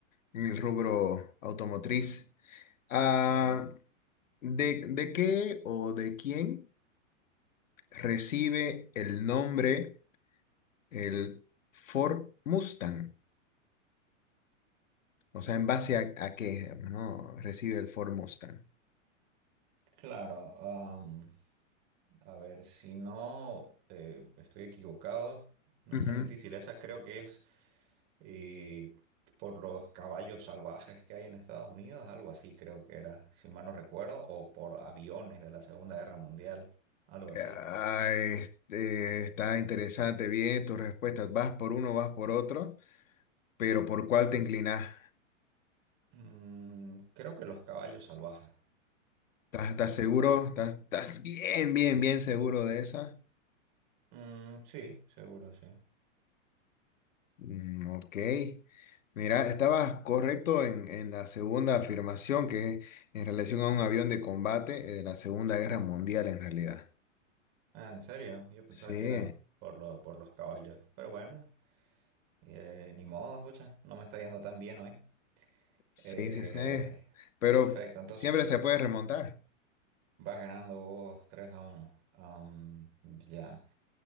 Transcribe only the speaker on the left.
en el rubro automotriz. Ah,
¿de, de qué o de quién recibe el nombre el Ford Mustang? O sea, ¿en base a, a qué, digamos, no? Recibe el Ford Mustang.
Ujú.
Ah, este, está interesante, bien tus respuestas. Vas por uno, vas por otro, pero ¿por cuál te inclinás?
¿Estás, estás
seguro?
¿Estás, estás bien, bien, bien seguro de esa?
Mm, ok. Mira, estabas correcto en, en la segunda afirmación, que es en relación a un avión de combate eh, de la Segunda Guerra Mundial, en realidad.
Sí.
Sí,
sí, sí. Pero
siempre se puede remontar.